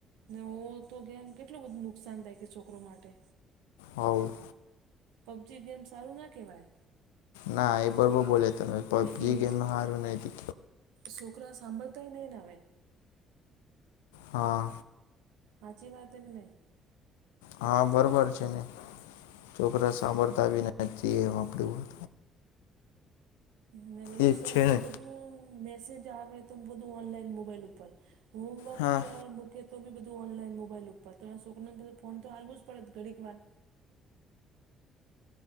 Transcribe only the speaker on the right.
ને ઓ તો કેમ કેટલું બધું નુકસાન થાય કે છોકરો માટે.
પબજી ગેમ સારું ના કહેવાય.
લેકિન
છોકરા સાંભળતાંય નહીં ન હ આવે.
હાચી વાત એક નહીં
ના
બધું
સર
લો
બધું મેસેજ આવે તો બધું ઓનલાઈન મોબાઈલ ઉપર હોમવર્ક
બધું કે તો બી બધું ઓનલાઈન મોબાઈલ ઉપર તો એ સુખને બધું ફોન તો હાલવું પડે ઘડીક વાર